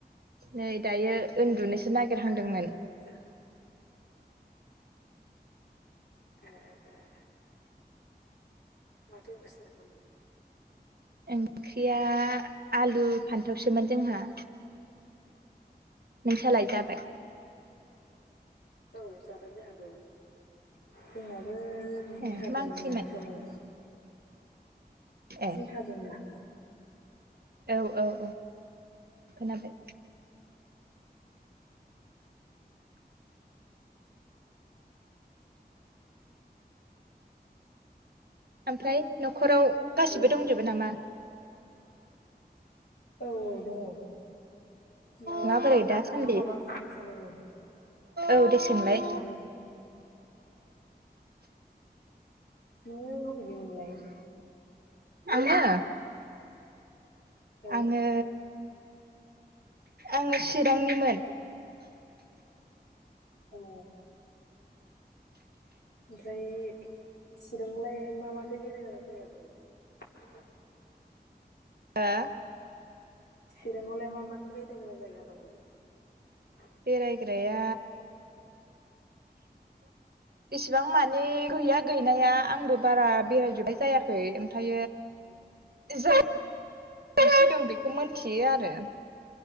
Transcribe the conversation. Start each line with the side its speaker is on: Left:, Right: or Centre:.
Right: नै दायो उन्दुनोसो नागिरहांदोंमोन
Left: आङो नै जाखां ए ए ए ए माथो ओंख्रि जाखोमोन
Right: ओंख्रिया आलु फानथावसोमोन जोंहा नों सालाय जाबाय
Left: औ जाबाय जोंहाबो जोंनाबो जिंखा
Right: ए मा
Left: जों
Right: ओंख्रिमोन
Left: नासोमोन
Right: ए
Left: जिंखा जोंना
Right: औ औ औ खोनाबाय ओमफ्राय न'खराव गासिबो
Left: हेलौ
Right: दंजोबो नामा
Left: औ औ दङ माबा
Right: माबोरै दासान्दि
Left: आं नोंनाव माबा फन स जादोंमोन
Right: औ दे सोंलाय
Left: मोजाङानो नोङो अबेनिमोनलाय
Right: आङो
Left: औ अ
Right: आङो आङो चिरांनिमोन
Left: अ ओमफ्राय चिरंलाय मा माथो बेरायग्रा जायगा दं
Right: <inaudible> हा
Left: चिराङावलाय मा माथो बेरायग्रा जायगा दं होनदां
Right: बेरायग्राया इसिबां मानि गैया गैनाया आंबो बारा बेरायजोबबाय जायाखै ओमफ्र ज <unintelligible> से दं बेखौ मिनथियो आरो